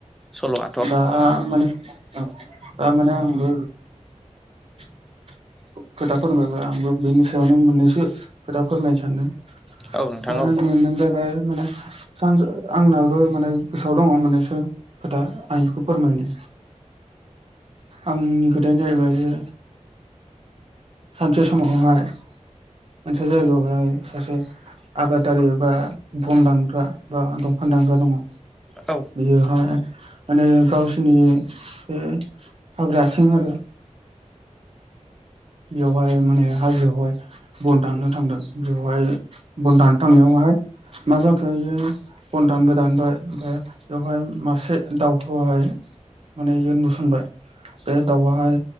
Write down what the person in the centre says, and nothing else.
सल'आथ'
औ नोंथां
औ
औ